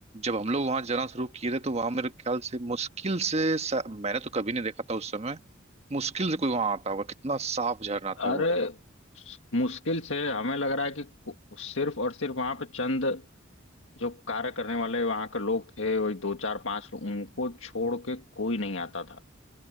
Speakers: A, on the right; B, on the left.
A: जब हम लोग वहां जाना शुरू किए थे तो वहां मेरे ख्याल से मुश्किल से सा- मैंने तो कभी नहीं देखा था उस समय मुश्किल से कोई वहां आता होगा कितना साफ झरना था
B: अरे
A: वो
B: मुश्किल से हमें लग रहा है कि कु- सिर्फ और सिर्फ वहां पे चंद जो कार्य करने वाले वहां के लोग थे वही दो चार पांच लोग उनको छोड़ के कोई नहीं आता था